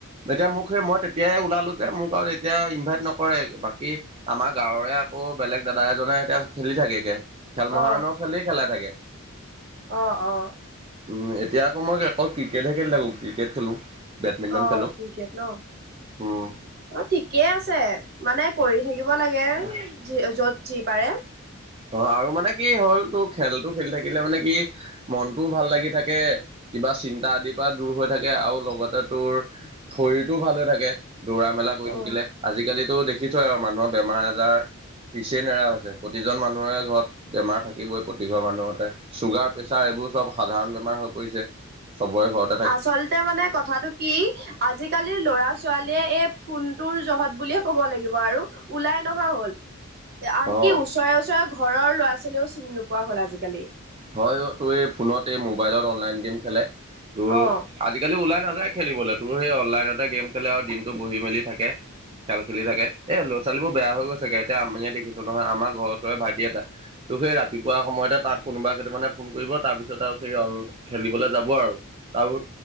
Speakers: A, on the right (about 25°); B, on the right (about 45°).
A: এতিয়া মোক সেই মই তেতিয়াই ওলালো যে মোক আৰু এতিয়া ইনভাইট নকৰে বাকী আমাৰ গাঁৱৰে আকৌ বেলেগ দাদা এজনে এতিয়া খেলি থাকেগে। খেল মহাৰণৰ
B: অ
A: খেলেই খেলাই থাকে।
B: অ', অ'।
A: উ, এতিয়া আকৌ মই যে আকৌ ক্ৰিকেটহে খেলি থাকো ক্ৰিকেট খেলো। বেডমিণ্টন
B: অ
A: খেলোঁ
B: ক্ৰিকেট ন
A: হু।
B: অ', ঠিকেই আছে মানে কৰি থাকিব লাগে।
A: <unintelligible>
B: যি য'ত যি পাৰে।
A: অ', আৰু মানে কি হ'ল তটো খেলতটো খেলি থাকিলে মানে কি মনটোও ভাল লাগি থাকে কিবা চিন্তা আদিৰ পৰা দূৰ হৈ থাকে আৰু লগতে তোৰ শৰীৰটোও ভাল হৈ থাকে। দৌৰা মেলা কৰি
B: অ
A: থাকিলে আজিকালিতো দেখিছ আৰু মানুহৰ বেমাৰ আজাৰ পিছে নেৰা হৈছে প্ৰতিজন মানুহৰে ঘৰত বেমাৰ থাকিবই প্ৰতিঘৰ মানুহতে। চুগাৰ প্ৰেচাৰ এইবোৰ চব সাধাৰণ বেমাৰ হৈ পৰিছে চবৰে বয়সত
B: আচলতে মানে কথাটো কি? আজিকালিৰ ল'ৰা ছোৱালীয়ে এই ফোনটোৰ জহত বুলিয়ে ক'ব লাগিব আৰু ওলাই নহোৱা হ'ল। আনকি
A: অ
B: ওচৰে ওচৰে ঘৰৰ ল'ৰা ছোৱালীও চিনি নোপোৱা হ'ল আজিকালি
A: হয় তোৰ এই ফোনত এই মোবাইলত অনলাইন গেম খেলে তোৰ
B: অ
A: আজিকালি ওলাই নাযায় খেলিবলৈ তো সেই অনলাইনতে গেম খেলে আৰু দিনটো বহি মেলি থাকে খেল খেলি থে এই লৰা ছোৱালীবোৰ বেয়া হৈ গৈছেগে এতিয়া আমি দেখিছো নহয় আমাৰ ঘৰ চৰে ভাইটি এটা তো সেই ৰাতিপুৱা সময়তে তাক কোনোবা কেইটামানে ফোন কৰিব তাৰপিছত আৰু সেই অল খেলিবলৈ যাব আৰু তাৰো